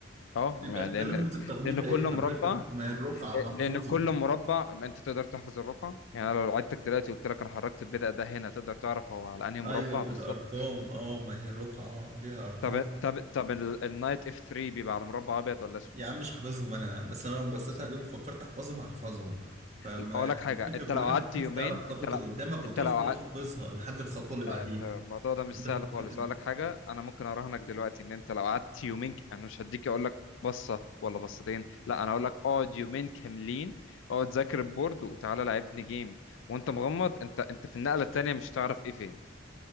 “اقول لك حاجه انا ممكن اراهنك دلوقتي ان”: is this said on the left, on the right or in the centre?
Left